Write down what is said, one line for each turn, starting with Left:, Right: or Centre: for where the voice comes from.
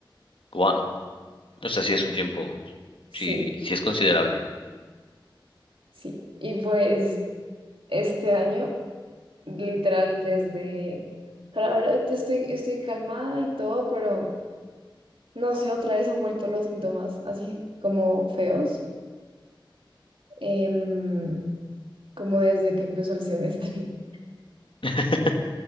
Left: Wow. O sea, sí es un tiempo,
Right: Sí,
Left: sí, sí es considerable.
Right: sí. Y pues este año, literal, desde... Ahora ahora estoy, estoy calmada y todo, pero no sé, otra vez han vuelto los síntomas así como feos, em, como desde que empezó el semestre. <laughs>
Left: <laughs>